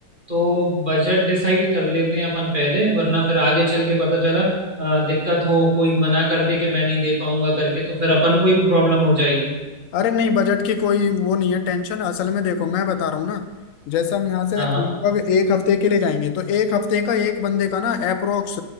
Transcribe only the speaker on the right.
तो बजट डिसाइड कर लेते हैं अपन पहले वरना फिर आगे चल के पता चला अ, दिक्कत हो कोई मना कर दे कि मैं नहीं दे पाऊंगा करके तो फिर अपन को ही प्रॉब्लम हो जाएगी
हाँ
हाँ